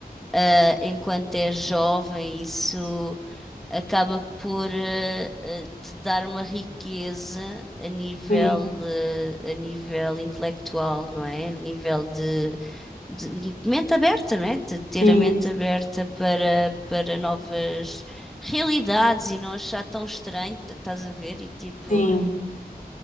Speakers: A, in the centre; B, on the left.
A: ah, enquanto é jovem, isso acaba por ah, ah, te dar uma riqueza a nível,
B: Sim,
A: ah, a nível intelectual, não é? A nível de, de- de mente aberta, não é? De ter
B: sim,
A: a mente aberta para, para novas realidades e não achar tão estranho, t- estás a ver? E tipo.
B: sim.